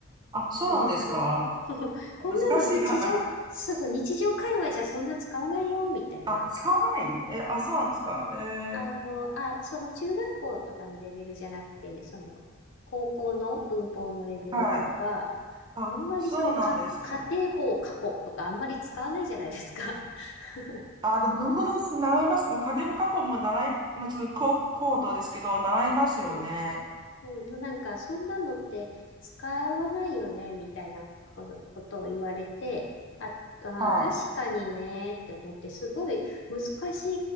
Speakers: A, on the right; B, on the left.
A: あ、そうなんですか
B: ね、そう <laughs> こんなの日常、
A: 難しいかな。
B: そうそう、日常会話じゃそんな使わないよ、みたいな。
A: <laughs> あ、使わないえ、あ、そうなんですか。えー、
B: あの、あ、その中学校とかのレベルじゃなくて、その、高校の文法のレベルとか、
A: はい。あ、
B: あんまりその、
A: そうなんですね。
B: か、仮定法過去とかあんまり使わないじゃないですか。<laughs>
A: あ、でも文法動詞習います。もう仮定法過去も習い、まあ、ちょっと高高度ですけど、習いますよね。
B: うん。うん、なんか、そんなのって使わないよね、みたいなことことを言われて、あ、あー、
A: はい。
B: 確かにね、って思って、すごい難し